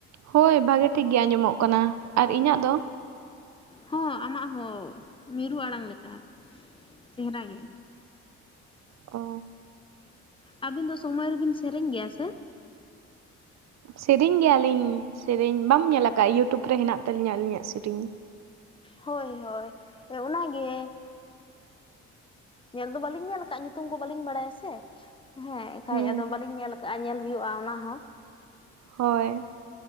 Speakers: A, on the right; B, on the left.
A: ᱦᱳᱭ ᱵᱷᱟᱜᱮ ᱴᱷᱤᱠ ᱜᱮ ᱟᱸᱡᱚᱢᱚᱜ ᱠᱟᱱᱟ ᱟᱨ ᱤᱧᱟᱹᱜ ᱫᱚ ᱾
B: ᱦᱚᱸ ᱟᱢᱟᱜ ᱦᱚᱸ ᱢᱤᱨᱩ ᱟᱲᱟᱝ ᱞᱮᱠᱟ ᱪᱮᱦᱨᱟ ᱜᱮ
A: ᱚ ᱾
B: ᱟᱹᱵᱤᱱ ᱫᱚ ᱥᱚᱢᱚᱭ ᱨᱮᱵᱤᱱ ᱥᱮᱨᱮᱧ ᱜᱮᱭᱟ ᱥᱮ
A: ᱥᱮᱨᱮᱧ ᱜᱮᱭᱟ ᱞᱤᱧ ᱥᱮᱨᱮᱧ ᱵᱟᱢ ᱧᱮᱞ ᱟᱠᱟᱫᱟᱜᱼᱟ ᱤᱭᱩᱴᱩᱵᱽ ᱨᱮ ᱦᱮᱱᱟᱜ ᱛᱟᱹᱞᱤᱧᱟ ᱟᱹᱞᱤᱧᱟᱜ ᱥᱮᱨᱮᱧ
B: ᱦᱳᱭ ᱦᱳᱭ ᱚᱱᱟ ᱜᱮ ᱧᱮᱞ ᱫᱚ ᱵᱟᱹᱞᱤᱧ ᱧᱮᱞ ᱟᱠᱟᱫᱟᱜ ᱧᱩᱛᱩᱢ ᱠᱚ ᱵᱟᱹᱞᱤᱧ ᱵᱟᱲᱟᱭᱟ ᱥᱮ ᱦᱮᱸ ᱠᱷᱟᱡ
A: ᱦᱩᱸ
B: ᱟᱫᱚ ᱵᱟᱹᱞᱤᱧ ᱧᱮᱞ ᱠᱟᱜᱼᱟ ᱧᱮᱞ ᱦᱩᱭᱩᱜᱼᱟ ᱚᱱᱟ ᱦᱚᱸ
A: ᱦᱳᱭ